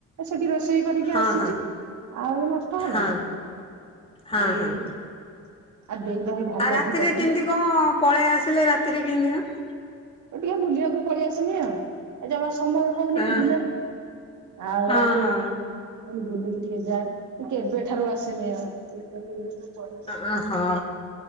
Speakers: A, on the right; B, on the left.
A: ସେଠି ରୋଷେଇ କରିକି
B: ହଁ
A: ଆସିଚି
B: ହଁ
A: ଆଉ ନଷ୍ଟ ହବ
B: ହଁ
A: ନା
B: ହଁ
A: ଏଇଆ।
B: ହଁ।
A: ଆଉ ଦେଇ <unintelligible>
B: ଆଉ ରାତିରେ
A: କରୁଛନ୍ତି
B: କେମତି କ ପଳେଇ ଆସିଲେ? ରାତିରେ କେମିତି ମ।
A: ଏ ଟିକେ ବୁଲିବାକୁ ପଳଇ ଆସନି ଆଉ। ଜମା ସମୟ ହଉନେହି
B: କଣ?
A: ଦିନର ଆଉ
B: ହଁ
A: ରାତିର
B: ହଁ
A: ଟିକେ ବୁଲି ମୁଁ କଇନି ବୁଲିକି ଟିକେ ଯାଏ। ମୁଁ କେବେଠାରୁ ଆସେନି ଆଉ। ଉଣଶ ଚ ଚାଳିି <unintelligible>
B: ଓହୋ